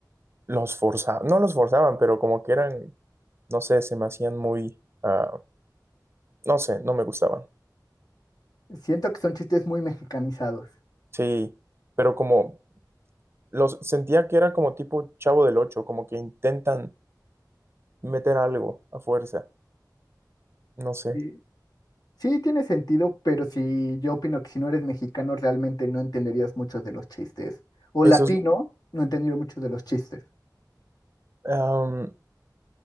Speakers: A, on the right; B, on the left.
A: los forzaban, no los forzaban, pero como que eran, no sé, se me hacían muy, ah, no sé, no me gustaban.
B: Siento que son chistes muy mexicanizados.
A: Sí, pero como los sentía que era como tipo Chavo del Ocho, como que intentan meter algo a fuerza. No sé.
B: Eh, sí, tiene sentido, pero sí, yo opino que si no eres mexicano realmente no entenderías muchos de los chistes. O
A: Eso
B: latino,
A: sí.
B: no entendería muchos de los chistes.
A: am,